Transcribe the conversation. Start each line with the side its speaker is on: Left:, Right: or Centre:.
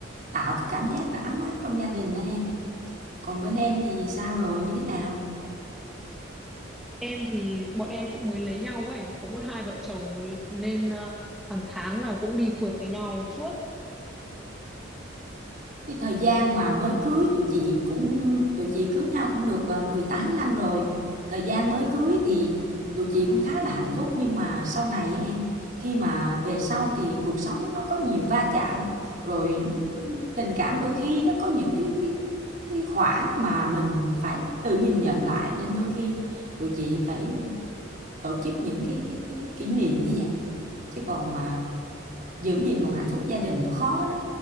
Right: tạo cái cảm giác là ấm áp trong gia đình đó em. Còn bên em thì sao rồi, như thế nào?
Centre: Em thì bọn em cũng mới lấy nhau ấy, có mỗi hai vợ chồng nên ờ, hàng tháng là cũng đi phượt với nhau suốt.
Right: Cái thời gian mà mới cưới tụi chị cũng tụi chị cưới nhau cũng được ờ, 18 năm rồi. Thời gian mới cưới thì tụi chị cũng khá là hạnh phúc nhưng mà sau này em khi mà về sau thì cuộc sống nó có nhiều va chạm rồi tình cảm đôi khi nó có những cái cái cái khoảng mà mình phải tự nhìn nhận lại nên đôi khi tụi chị phải tổ chức những cái cái cái kỷ niệm như vậy chứ còn mà giữ gìn một hạnh phúc gia đình nó khó lắm